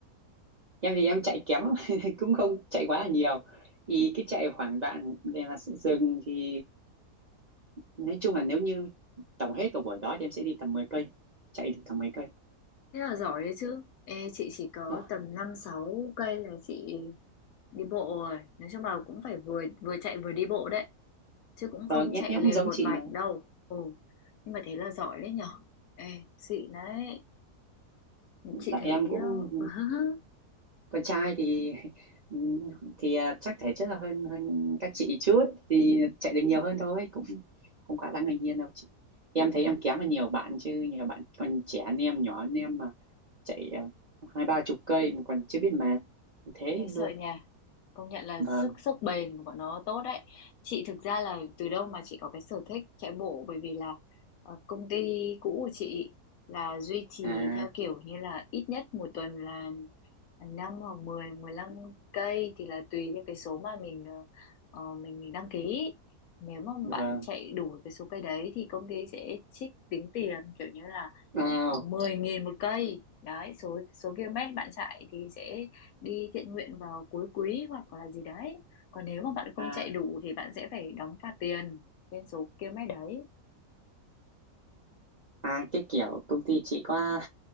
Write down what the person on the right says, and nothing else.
em thì em chạy kém lắm, <laughs> cũng không chạy quá là nhiều thì cứ chạy khoảng đoạn để là sẽ dừng thì nói chung là nếu như tổng hết cả buổi đó thì em sẽ đi tầm mười cây chạy được tầm mười cây
Đấy.
Vâng, em
em
cũng giống
chị
mà
tại
em cũng
con trai thì ừ, thì à, chắc thể chất là hơn hơn các chị chút thì chạy được nhiều hơn thôi cũng không quá đáng ngạc nhiên đâu chị em thấy
em kém hơn nhiều bạn chứ nhiều bạn còn trẻ hơn em nhỏ hơn em mà chạy à, hai ba chục cây mà còn chưa biết mệt thế
luôn
vâng
à
vâng
wow
à,
à cái kiểu công ty chị có